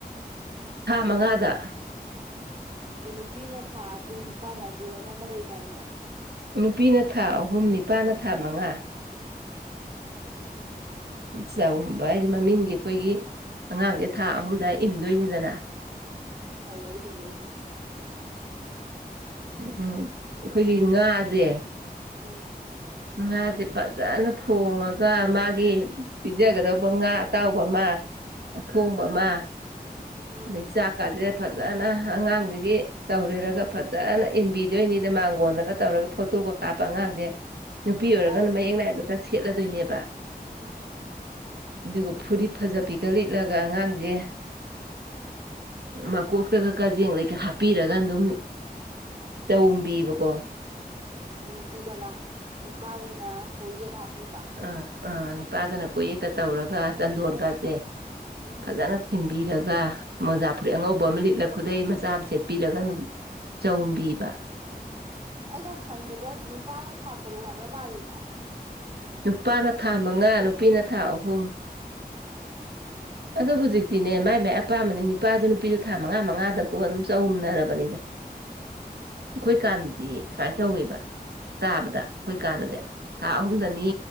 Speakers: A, on the right; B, on the right.
A: ꯊꯥ ꯃꯉꯥꯗ
B: ꯑꯗꯣ ꯅꯨꯄꯤꯅ ꯊꯥ ꯑꯗꯨ ꯅꯨꯄꯥꯅ ꯑꯗꯨ ꯑꯃ ꯂꯩꯗꯥꯏꯅꯦ
A: ꯅꯨꯄꯤꯅ ꯊꯥ ꯑꯍꯨꯝ ꯅꯤꯄꯥꯅ ꯊꯥ ꯃꯉꯥ ꯆꯧꯒꯨꯝꯕ ꯍꯥꯏꯗꯤ ꯃꯃꯤꯡꯒꯤ ꯑꯩꯈꯣꯏꯒꯤ ꯑꯉꯥꯡꯁꯦ ꯊꯥ ꯑꯍꯨꯝꯗ ꯏꯟꯗꯣꯏꯅꯤꯗꯅ
B: ꯀꯩꯅꯣꯕ ꯏꯟꯗꯣꯏꯁꯦ
A: ꯎꯝ ꯑꯩꯈꯣꯏꯒꯤ ꯉꯥꯁꯦ
B: ꯎꯝ
A: ꯉꯥꯁꯦ ꯐꯖꯅ ꯊꯣꯡꯉꯒ ꯃꯥꯒꯤ ꯄꯤꯖꯒꯗꯧꯕ ꯉꯥ ꯑꯇꯥꯎꯕ ꯑꯃ ꯑꯊꯣꯡꯕ ꯑꯃ
B: ꯎꯝ
A: ꯑꯗꯩ ꯆꯥꯛꯀꯁꯦ ꯐꯖꯅ ꯑꯉꯥꯡꯁꯤꯒꯤ ꯇꯧꯔꯦꯔꯒ ꯐꯖꯅ ꯏꯟꯕꯤꯗꯣꯏꯅꯤꯗ ꯃꯥꯡꯒꯣꯟꯗꯒ ꯇꯧꯔꯒ ꯐꯣꯇꯣꯒ ꯀꯥꯞꯄ ꯑꯉꯥꯡꯁꯦ ꯅꯨꯄꯤ ꯑꯣꯏꯔꯒꯅ
B: ꯂꯥꯏꯛ
A: ꯃꯌꯦꯛ ꯅꯥꯏꯕꯒ ꯁꯦꯠꯂꯗꯣꯏꯅꯦꯕ
B: ꯎꯝ
A: ꯑꯗꯨꯒ ꯐꯨꯔꯤꯠ ꯐꯖꯕꯤꯒ ꯂꯤꯠꯂꯒ ꯑꯉꯥꯡꯁꯦ ꯃꯀꯣꯛꯇꯒ ꯀꯖꯦꯡ ꯂꯩꯒ ꯍꯥꯞꯄꯤꯔꯒ ꯑꯗꯨꯝ ꯆꯧꯎꯝꯕꯤꯕꯀꯣ
B: ꯅꯨꯄꯤꯗꯥꯅ ꯅꯨꯄꯥꯗꯅ ꯀꯣꯌꯦꯠ ꯍꯥꯞꯄꯤꯕ
A: ꯎꯥ ꯑꯥ ꯅꯤꯄꯥꯗꯅ ꯀꯣꯌꯦꯀꯥ ꯇꯧꯔꯒꯥ ꯆꯟꯗꯣꯟ ꯀꯥꯖꯦ
B: ꯎꯝ
A: ꯐꯖꯅ ꯊꯤꯟꯕꯤꯔꯒꯥ ꯃꯣꯖꯥ ꯐꯨꯔꯤ ꯑꯉꯧꯕ ꯑꯃ ꯂꯤꯠꯂ ꯈꯨꯗꯩ ꯃꯆꯥ ꯑꯃ ꯁꯦꯠꯄꯤꯔꯒꯥ ꯑꯗꯨꯝ ꯆꯧꯎꯨꯝꯕꯤꯕ
B: ꯑꯩꯅ ꯍꯟꯕꯗꯥ ꯅꯨꯄꯥꯅ ꯊꯥ ꯇꯔꯨꯛ ꯍꯥꯏꯕ ꯃꯥꯜꯂꯤꯗꯥ
A: ꯅꯨꯄꯥꯅ ꯊꯥ ꯃꯉꯥ ꯅꯨꯄꯤꯅ ꯊꯥ ꯑꯍꯨꯝ ꯑꯗꯣ ꯍꯧꯖꯤꯛꯇꯤꯅꯦ ꯃꯥꯏ ꯃꯥꯏ ꯑꯄꯥꯝꯕꯅꯤ ꯅꯨꯄꯥꯖꯨ ꯅꯨꯄꯤꯖꯨ ꯊꯥ ꯃꯉꯥ ꯃꯉꯥꯗꯥ ꯄꯨ ꯑꯗꯨꯝ ꯆꯥꯎꯨꯝꯅꯔꯥꯕꯅꯤꯗꯥ
B: <inaudible>
A: ꯑꯩꯈꯣꯏꯀꯥꯟꯗꯗꯤ ꯁꯨꯃꯥꯏꯅ ꯇꯧꯋꯦꯕ ꯆꯥꯕꯗ ꯑꯩꯈꯣꯏꯀꯥꯟꯗꯗꯤ ꯊꯥ ꯑꯍꯨꯝꯗꯅꯤ